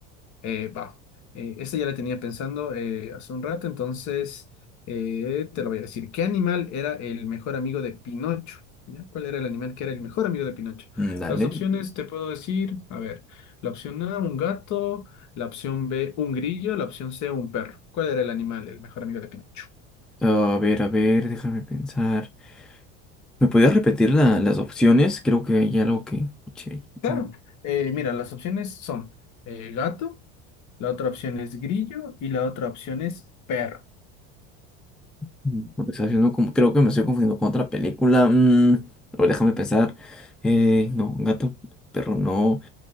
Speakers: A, on the left; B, in the centre.
A: Eh, va, Eh, esta ya la tenía pensando eh, hace un rato, entonces eh, te lo voy a decir. ¿Qué animal era el mejor amigo de Pinocho? ¿Ya? ¿Cuál era el animal que era el mejor amigo de Pinocho?
B: Mm, Dale.
A: Las opciones te puedo decir, a ver, la opción A, un gato, la opción B, un grillo, la opción C, un perro. ¿Cuál era el animal, el mejor amigo de Pinocho?
B: A ver, a ver, déjame pensar. ¿Me podías repetir la- las opciones? Creo que hay algo que escuché. ahí.
A: Claro,
B: ¿no?
A: eh, mira, las opciones son eh, gato, la otra opción es grillo y la otra opción es perro.
B: Me está haciendo como- creo que me estoy confundiendo con otra película. mm, a ver, déjame pensar. Eh, no, gato, perro, no.